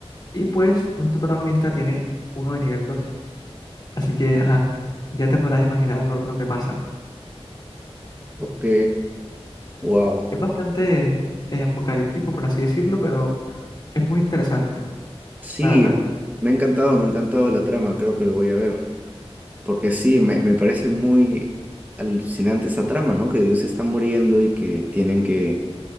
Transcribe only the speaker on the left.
Y pues nuestro protagonista tiene uno de nivel dos Así que, ajá, ya te podrás imaginar lo, lo que pasa.
Es bastante eh, apocalíptico, por así decirlo, pero es muy interesante,
la verdad.